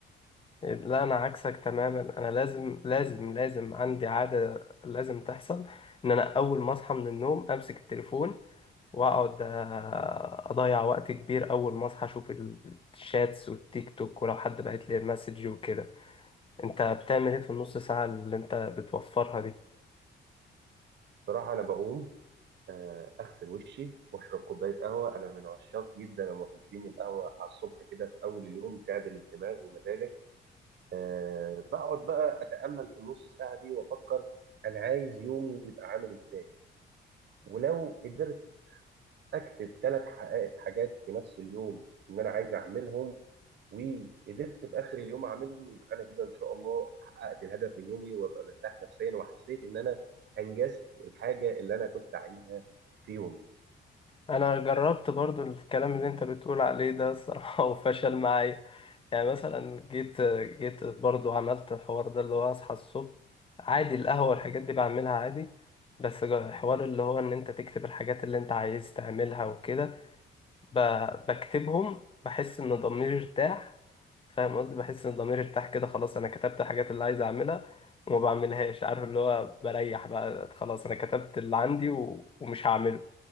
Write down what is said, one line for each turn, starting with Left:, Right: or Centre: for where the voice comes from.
Left: لا انا عكسك تماما انا لازم لازم لازم عندي عاده لازم تحصل ان انا اول ما اصحى من النوم امسك التليفون واقعد آه، اضيع وقت كبير اول ما اصحى اشوف الشاتس والتيك توك ولو حد بعت لي مسج وكده انت بتعمل ايه في النص ساعه اللي انت بتوفرها دي
Right: بصراحه انا بقوم آه، اغسل وشي واشرب كوبايه قهوه انا من عشاق جدا ومحبين القهوه على الصبح كده في اول اليوم تعدل الدماغ ومزاجك أه بقعد بقى اتامل في النص ساعه دي وافكر انا عايز يومي يبقى عامل ازاي ولو قدرت اكتب ثلاث حاجات في نفس اليوم ان انا عايز اعملهم وقدرت في اخر اليوم اعملهم يبقى انا كده ان شاء الله حققت الهدف من يومي وابقى مرتاح نفسيا وحسيت ان انا انجزت الحاجه اللي انا كنت عايزها في يومي
Left: انا جربت برضو الكلام اللي انت بتقول عليه ده الصراحة <laughs> وفشل معايا يعني مثلا جيت جيت برضو عملت الحوار ده اللي هو اصحى الصبح عادي القهوة والحاجات دي بعملها عادي بس جا- الحوار اللي هو ان انت تكتب الحاجات اللي انت عايز تعملها وكده ب- بكتبهم بحس ان ضميري ارتاح فاهم قصدي بحس ان ضميري ارتاح كده خلاص انا كتبت الحاجات اللي عايز اعملها وما بعملهاش عارف اللي هو بريح بقى خلاص انا كتبت اللي عندي و... ومش هعمله